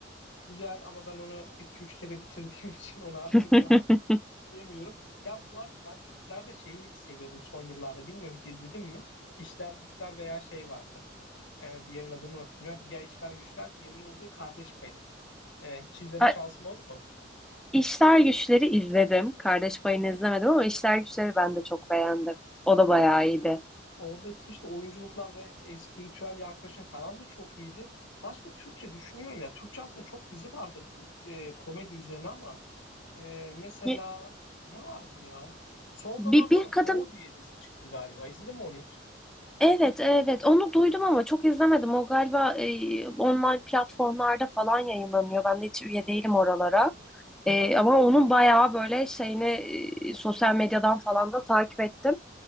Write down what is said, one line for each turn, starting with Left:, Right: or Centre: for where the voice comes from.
Left: Güzel ama ben onu iki üç kere bitirdiğim <laughs> için onu artık
Centre: <laughs>
Left: daha diyemiyorum. Ya bu arada ben Türklerde şeyi seviyordum son yıllarda. Bilmiyorum hiç izledim mi? İşler Güçler veya şey vardı. Ee, diğerinin adını unuttum ya. Bir ya İşler Güçler, diğeri neydi? Kardeş Payı. Ee, hiç izleme
Centre: A-
Left: şansın oldu mu?
Centre: İşler Güçleri izledim. Kardeş Payı'nı izlemedim ama İşler Güçleri ben de çok beğendim. O da bayağı
Left: Ya
Centre: iyiydi.
Left: oradaki işte oyunculuklar ve espritüel yaklaşım falan da çok iyiydi. Başka Türkçe düşünüyorum ya. Türkçe aslında çok dizi vardır e, komedi üzerine ama Ee, mesela
Centre: Ye-
Left: ne vardı ya? Son
Centre: Bir,
Left: zamanlarda
Centre: bir kadın
Left: Doğu diye dizi çıktı galiba. İzledin mi onu hiç?
Centre: evet evet onu duydum ama çok izlemedim. O galiba e, online platformlarda falan yayınlanıyor. Ben de hiç üye değilim oralara.
Left: Aha.
Centre: E, ama onun bayağı böyle şeyini e, sosyal medyadan falan da takip ettim.